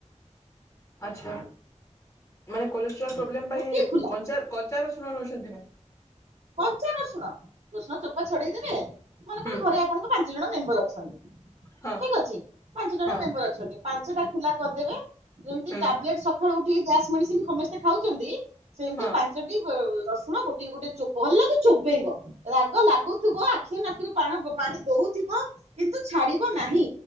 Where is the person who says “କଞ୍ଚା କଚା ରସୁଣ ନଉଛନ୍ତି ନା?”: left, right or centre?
Left